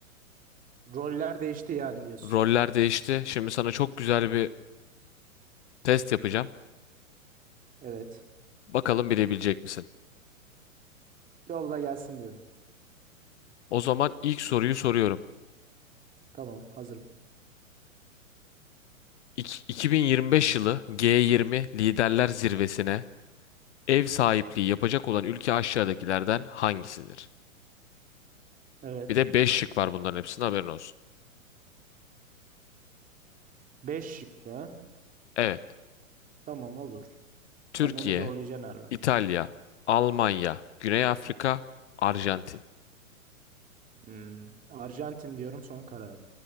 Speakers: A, on the right; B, on the left.
A: Roller değişti yani diyorsun.
B: Roller değişti. Şimdi sana çok güzel bir test yapacağım.
A: Evet.
B: Bakalım bilebilecek misin?
A: Yolla gelsin diyorum.
B: O zaman ilk soruyu soruyorum.
A: Tamam hazırım.
B: İk- 2025 yılı G20 Liderler Zirvesi'ne ev sahipliği yapacak olan ülke aşağıdakilerden hangisidir?
A: Evet.
B: Bir de 5 şık var bunların hepsinin haberin olsun.
A: Beş şıklı.
B: Evet.
A: Tamam olur. Sen
B: Türkiye,
A: beni zorlayacaksın harbi.
B: İtalya, Almanya, Güney Afrika, Arjantin.
A: Hmm. Arjantin diyorum son kararım.